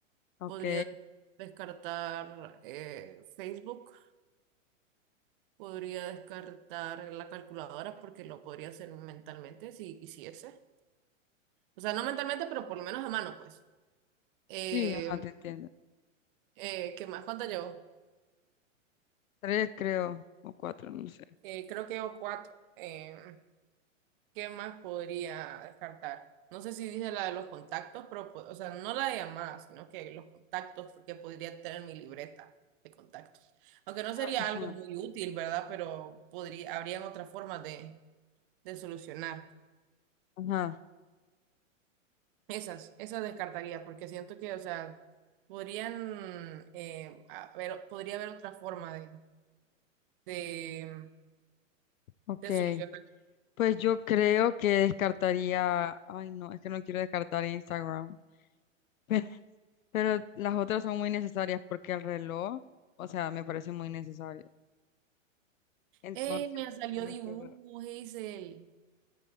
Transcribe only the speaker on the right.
Podría descartar eh, Facebook. Podría descartar la calculadora porque lo podría hacer mentalmente si quisiese. O sea, no mentalmente, pero por lo menos a mano, pues. Eh,
eh, ¿qué más? ¿Cuánto llevo?
Eh, creo que llevo cuatro. Eh, ¿qué más podría descartar? No sé si dije la de los contactos, pero, po- o sea, no la de llamadas, sino que los contactos, porque podría tener mi libreta de contactos. Aunque no sería
algo muy útil, ¿verdad? Pero podría, habrían otras formas de, de solucionar.
Esas, esas descartaría, porque siento que, o sea, podrían eh, haber, podría haber otra forma de, de,
de solucionar.
¡Ey! Me salió
dibujo,
Hazel.